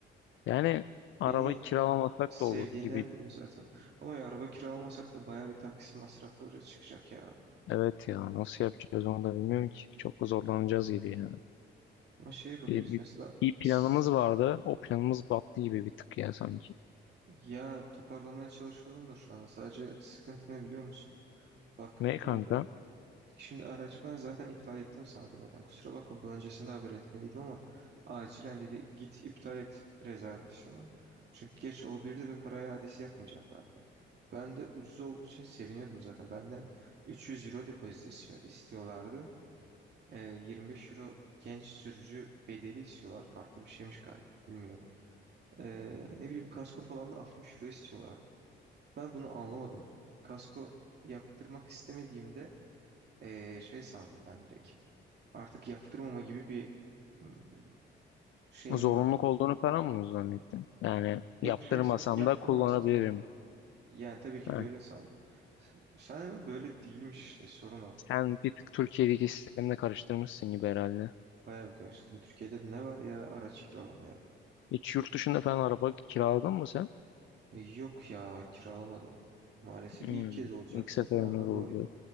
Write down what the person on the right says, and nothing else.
Beni
sevdiğinden
diyor zaten. Ama ya araba kiralamasak da bayağı bir taksi masrafları çıkacak ya.
Ama şey yapabiliriz
mesela
s-
ya toparlamaya çalışıyorum da şu anda sadece sıkıntı ne biliyor musun? Bak
e, Şimdi aracı ben zaten iptal ettim sana demeden. Kusura bakma bu öncesinde haber etmeliydim ama acilen dedi git iptal et rezervasyonu. Çünkü geç olabilirdi ve para iadesi yapmayacaklardı. Ben de ucuz olduğu için seviniyordum zaten. Benden 300 euro depozit istiyor- istiyorlardı. Ee, 25 euro genç sürücü bedeli istiyorlar. Farklı bir şeymiş galiba. Bilmiyorum. Ee, ne bileyim kasko falan da 60 euro istiyorlardı. Ben bunu anlamadım. Kasko yaptırmak istemediğimde ee, şey sandım ben direkt. Artık yaptırmama gibi bir ım, şeyim
var.
Yok
şey san yaptırmasam
da olur. Yani tabii ki
böyle sandım. S- Sen de böyle değilmiş işte sorun o.
Bayağı bir karıştırdım. Türkiye'de de ne var ya araç kiralamaya?
E, yok ya kiralamadım. Maalesef
ilk kez olacaktı
zaten ondan
dolayı.